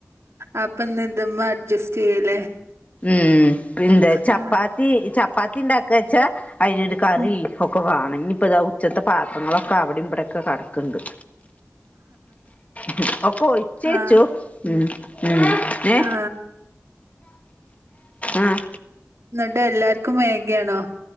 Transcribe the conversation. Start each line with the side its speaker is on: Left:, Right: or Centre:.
Right: അപ്പൊ ഇന്ന്ത്മ്മ അഡ്ജസ്റ്റ് ചെയ്യല്ലേ
Left: ഉം പിന്താ ചപ്പാത്തി
Right: ആ
Left: ചപ്പാത്തി ഉണ്ടാക്കച്ചാ അതിനൊരു കറി
Right: ഉം,
Left: ഒക്കെ വേണം ഇനിപ്പോ ഇത ഉച്ചത്തെ പാത്രങ്ങളൊക്കെ അവിടെ ഇവിടെയൊക്കെ കടക്ക്ന്ന് ണ്ട് ഒക്കെ ഒയിച്ചേച്ചു
Right: ആ
Left: ഉം ഉം ഏ
Right: ആ
Left: ആഹ്
Right: എന്നിട്ട് എല്ലാർക്കും മേഗിയാണോ